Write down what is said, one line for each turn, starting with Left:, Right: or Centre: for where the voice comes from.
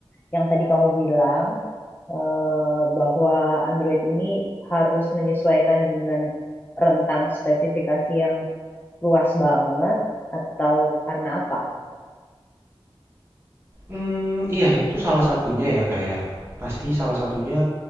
Left: yang tadi kamu bilang eh, bahwa Android ini harus menyesuaikan dengan rentang spesifikasi yang luas banget, atau karena apa?
Right: Mmm, iya itu salah satunya ya, kayak pasti salah satunya,